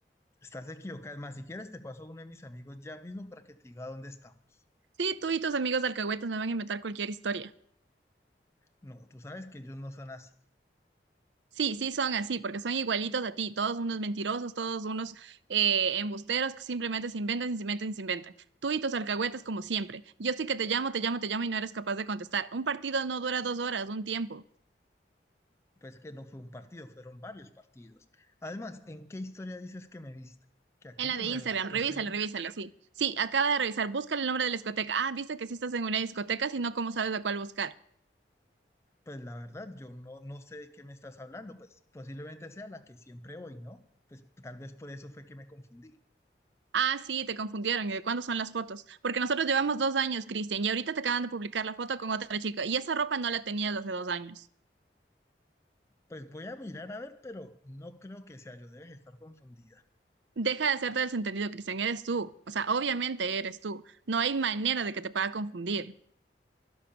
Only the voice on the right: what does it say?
Sí, tú y tus amigos de alcahuetas me van a inventar cualquier historia.
Sí, sí son así, porque son igualitos a ti, todos unos mentirosos, todos unos eh, embusteros que simplemente se inventan, y se inventan, y se inventan. Tú y tus alcahuetes como siempre. Yo sí que te llamo, te llamo, te llamo y no eres capaz de contestar. Un partido no dura dos horas, un tiempo.
En la
de
Instagram,
revísala, revísala, sí. Sí, acaba de revisar, búscale el nombre de la discoteca. Ah, viste que sí estás en una discoteca, si no, ¿cómo sabes a cuál buscar?
Ah, sí, te confundieron. ¿Y de cuándo son las fotos? Porque nosotros llevamos dos años, Cristian, y ahorita te acaban de publicar la foto con otra chica, y esa ropa no la tenías hace dos años.
Deja de hacerte desentendido, Cristian, eres tú. O sea, obviamente eres tú. No hay manera de que te pueda confundir.